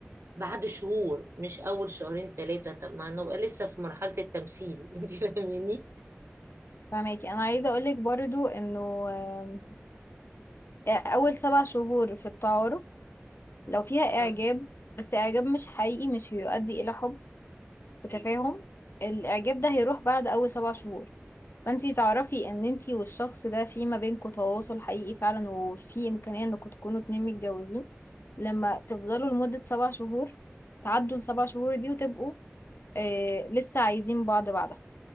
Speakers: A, on the right; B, on the left.
A: بعد شهور مش أول شهرين ثلاثة طب ما نبقى لسه في مرحلة التمثيل <laughs> انت فاهماني؟
B: فاهماكي انا عايزة اقولك برضو انه آم، آه، اول سبع شهور في التعارف لو فيها اعجاب
A: آه،
B: بس اعجاب مش حقيقي مش هيؤدي الى حب وتفاهم الاعجاب ده هيروح بعد اول سبع شهور فانتي تعرفي ان انتي والشخص ده في ما بينكوا تواصل حقيقي فعلا وفي امكانية انكوا تكونوا اتنين متجوزين لما تفضلوا لمدة سبع شهور تعدوا السبع شهور دي وتبقوا آه لسه عايزين بعض بعدها